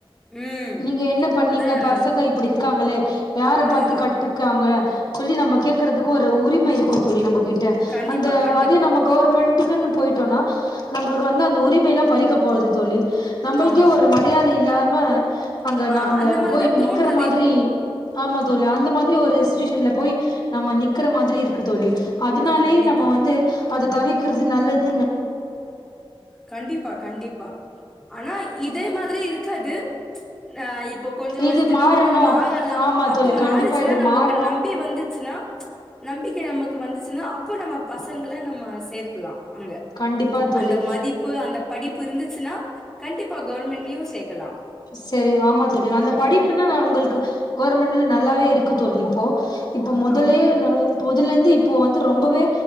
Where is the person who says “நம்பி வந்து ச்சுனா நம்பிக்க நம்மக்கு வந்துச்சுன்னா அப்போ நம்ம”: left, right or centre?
Centre